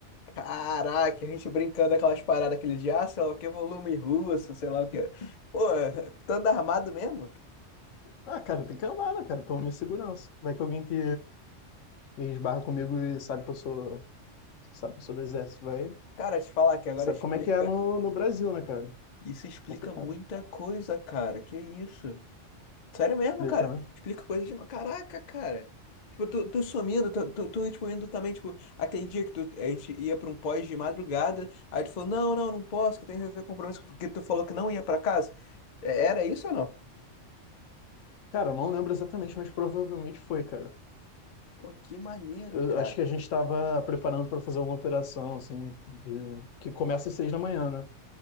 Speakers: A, on the left; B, on the left.
A: Caraca, a gente brincando aquelas paradas, aqueles de, ah, sei lá o que, volume russo, sei lá o que. Pô, tu anda armado mesmo?
B: Ah, cara, tem que andar, né, cara, pela minha segurança. Vai que alguém que esbarra comigo e sabe que eu sou, sabe que eu sou do exército, vai.
A: Cara, te falar que agora
B: Sabe
A: explica.
B: como é que é no, no Brasil, né, cara?
A: Isso explica
B: Complicado.
A: muita coisa, cara. Que isso? Sério mesmo,
B: Explica,
A: cara?
B: né?
A: Explica coisas de. Caraca, cara. Tipo, tu, tu sumindo, tu, tu, tu, tipo, indo também, tipo, aquele dia que tu, a gente ia pra um pós de madrugada, aí tu falou, não, não, não posso, que eu tenho que resolver compromisso, porque tu falou que não ia pra casa. É, Era isso ou não?
B: Cara, eu não lembro exatamente, mas provavelmente foi, cara.
A: Pô, que maneiro,
B: Eu
A: cara.
B: acho que a gente estava preparando para fazer uma operação, assim, de- que começa às seis da manhã, né?